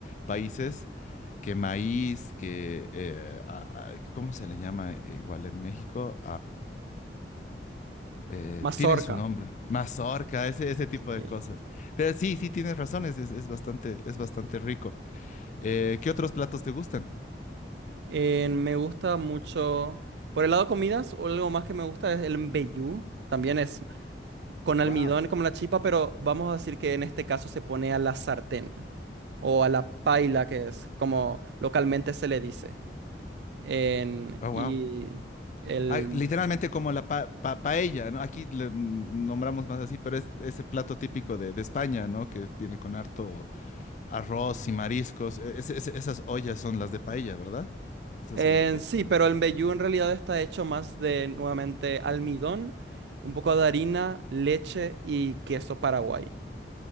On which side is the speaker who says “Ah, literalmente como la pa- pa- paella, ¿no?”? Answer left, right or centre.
Left